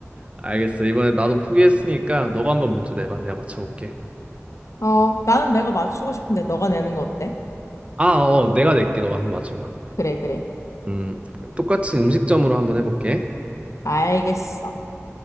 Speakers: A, on the right (about 25°); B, on the left (about 75°).
A: 알겠어. 이번에 나도 포기했으니까 너가 한번 문제 내봐. 내가 맞춰볼게.
B: 어, 나는 내가 맞추고 싶은데 너가 내는 거 어때?
A: 아, 어, 내가 낼게. 너가 한번 맞춰봐.
B: 그래, 그래.
A: 음, 똑같이 음식점으로 한번 해볼게.
B: 알겠어.